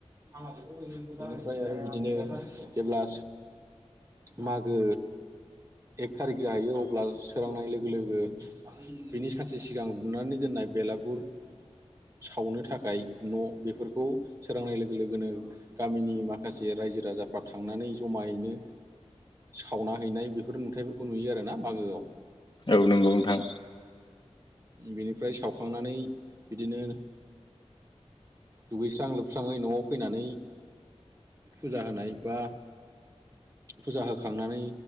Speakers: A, on the right; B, on the left.
A: निफ्राय आरो बिदिनो जेब्ला मागो एक थारिख जाहैयो अब्ला सोरांनाय लोगो लोगो बिनि सानसे सिगां लुनानै दोननाय बेलागुर सावनो थाखाय न' बेफोरखौ सोरांनाय लोगो लोगोनो गामिनि माखासे रायजो राजाफ्रा थांनानै जमायैनो सावना हैनाय बेफोर नुथायफोरखौ नुयो आरो ना मागोआव
B: औ नंगौ नोंथां
A: बिनिफ्राय सावखांनानै बिदिनो दुगैस्रां लोबस्राङै न'आव फैनानै फुजा होनाय बा फुजा होखांनानै